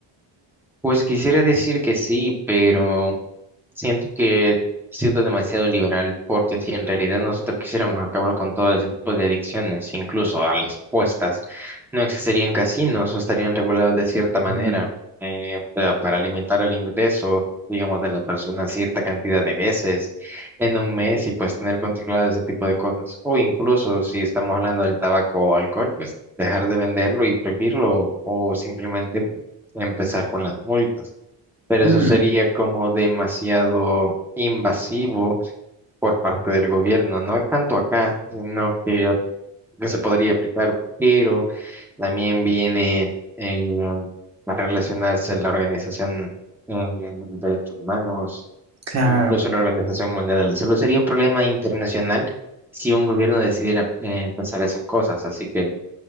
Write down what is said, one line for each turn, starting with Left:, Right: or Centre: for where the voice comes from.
Centre: Pues quisiera decir que sí, pero Siento que he sido demasiado liberal porque si en realidad nosotros quisiéramos acabar con todo ese tipo de adicciones, incluso a las apuestas, no existirían casinos o estarían regulados de cierta manera
Right: Mm,
Centre: eh, pa- para limitar el ingreso, digamos, de la persona cierta cantidad de veces en un mes y pues tener controlado ese tipo de cosas. O incluso si estamos hablando del tabaco o alcohol, pues dejar de venderlo y prohibirlo o simplemente empezar con las multas pero
Right: mm,
Centre: eso sería como demasiado invasivo por parte del gobierno, no tanto acá, sino que, que se podría aplicar, pero también viene eh, a relacionarse la organización eh, de los derechos humanos,
Right: claro,
Centre: incluso la Organización Mundial de la Salud. Sería un problema internacional si un gobierno decidiera eh, empezar esas cosas, así que